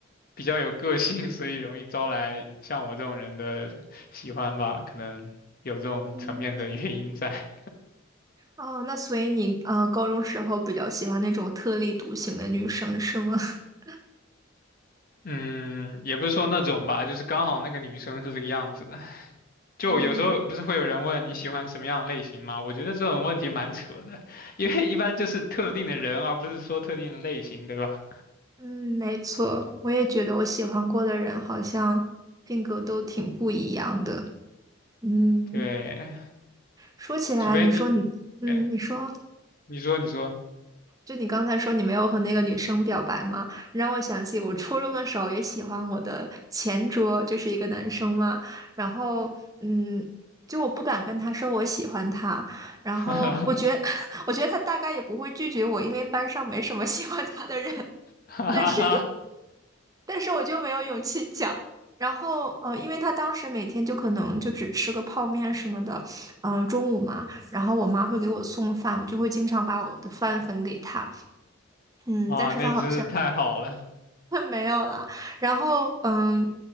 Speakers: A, on the left; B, on the right.
A: 比较有个性，所以容易招来像我这种人的喜欢吧，可能有这种层面的原因在。
B: 嗯。哦，那所以你嗯，高中时候比较喜欢那种特立独行的女生是吗？<laughs>
A: 嗯，也不是说那种吧，就是刚好那个女生是这个样子的。就有时候不是会有人问你喜欢什么样的类型吗？
B: 嗯
A: 我觉得这种问题蛮扯的，因为一般就是特定的人，而不是说特定的类型，对吧？
B: 嗯，没错，我也觉得我喜欢过的人好像性格都挺不一样的。嗯，
A: 对，
B: 说起来，
A: 除非你，
B: 你说你，嗯，
A: 对，
B: 你说。
A: 你说你说，
B: 就你刚才说你没有和那个女生表白吗？让我想起我初中的时候也喜欢我的前桌，就是一个男生嘛。然后，嗯，就我不敢跟他说我喜欢他。然后我觉得，
A: <laughs> 哈
B: <laughs> 我觉得他大概也不会拒绝我，因为班上没什么喜欢他的人。<laughs>
A: 哈哈，
B: 但是，但是我就没有勇气讲。然后，呃，因为他当时每天就可能就只吃个泡面什么的，嗯、中午嘛，然后我妈会给我送饭，我就会经常把我的饭分给他，嗯，
A: 哇，
B: 但是他好像。
A: 那你真是太好了，
B: <laughs> 没有啦。然后，嗯，